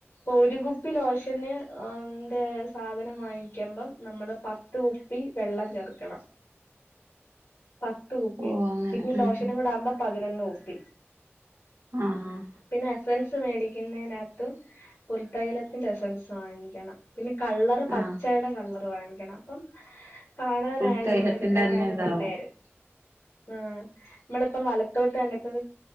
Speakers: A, on the left; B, on the right.
A: ഒരു കുപ്പി ലോഷന് ന്റെ സാധനം വാങ്ങിക്കുമ്പം നമ്മള് പ പത്ത് കുപ്പി വെള്ളം ചേർക്കണം. പത്ത് കുപ്പി
B: ഓഹ് അങ്ങനെ
A: പിന്നെ ലോഷനും
B: ആഹ്
A: കൂടെ ആവുമ്പോ പതിനൊന്ന് കുപ്പി.
B: ആഹ ആഹ്.
A: പിന്നെ എസ്സെൻസ് മേടിക്കുന്നയ്നകത്ത് പുൽത്തൈലത്തിന്റെ എസ്സെൻസ് വാങ്ങിക്കണം. പിന്നെ കള്ളർ പച്ചയുടെ
B: ആഹ്
A: കള്ളറ് വാങ്ങിക്കണം അപ്പം. കാണാനായാലും
B: ഫുൾ തൈലത്തിന്റെ
A: എടുക്കാനായാലും
B: തന്നെ ഇതാവും
A: നല്ലരു ആഹ്. നമ്മളിപ്പം വലത്തോട്ട് തന്നെ ഇപ്പ മ്